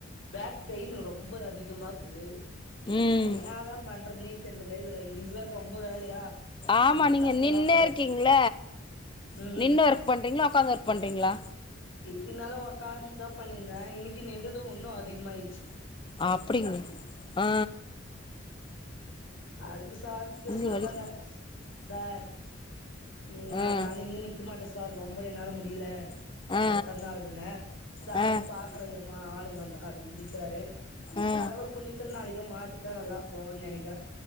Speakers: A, on the left (about 90°); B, on the left (about 25°).
A: பேக் பெயின்னு ரொம்ப அதிகமா இருக்குது
B: ம்
A: என்னாதாம் பண்றதுனேத் தெர்லங்க இதுல இன்னிக்கு வேற ரொம்ப வேலையா
B: ஆமா
A: ஒன்னு
B: நீங்க
A: கஷ்டமாக்குது
B: நின்னே இருக்கீங்கள
A: ம்
B: நின்னு ஒர்க் பண்றீங்களா உக்காந்து ஒர்க் பண்றீங்களா
A: இத்தினாலு உக்காந்தா பண்ணிருந்தே இன்னிக்கு நின்டுது ஒண்ணு அது அதிகமாயிருச்சு
B: அப்டிங்கள் ஆ
A: அதுக்குஸ் சார் கிட்ட
B: இங்க
A: சொல்டு
B: வலி
A: வந்த சார் இது நா
B: ஆ
A: நாளைல இருந்து நிக்க மாட்ட சார் ரொம்ப என்னால முடியில
B: ஆ
A: தடுத்தடுன் ஆகுதுன்ன சாரு
B: ஆ ஆ ஆ
A: பாக்குற இரு மா ஆளுங்க வந் தான்டி நிக்கிறாரு
B: ஆ
A: கடவுளு புண்ணித்தல் நாளைக்கு மாத்தி தராரா போ நெனைக்கிற